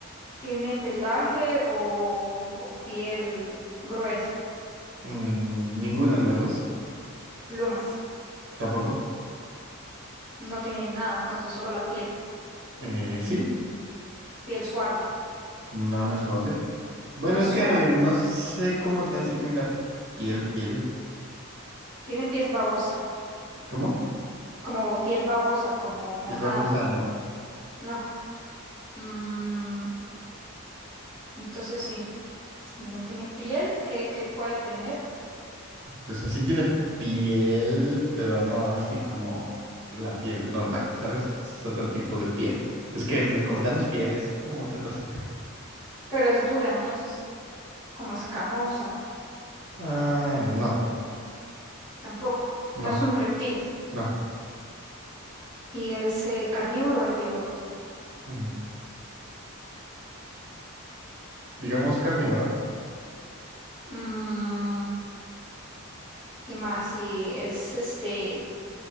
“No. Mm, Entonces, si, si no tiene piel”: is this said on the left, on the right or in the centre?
Right